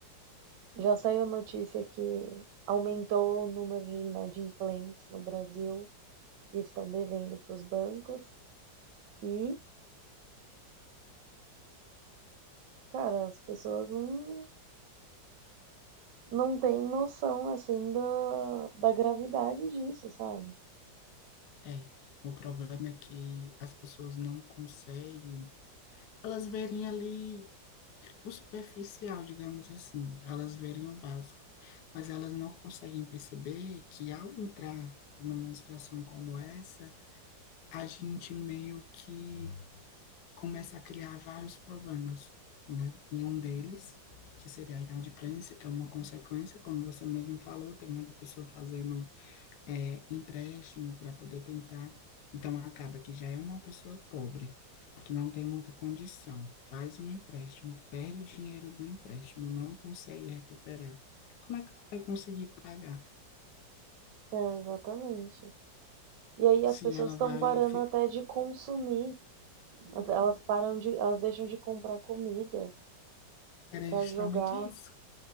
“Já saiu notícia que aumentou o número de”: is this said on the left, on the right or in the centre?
Right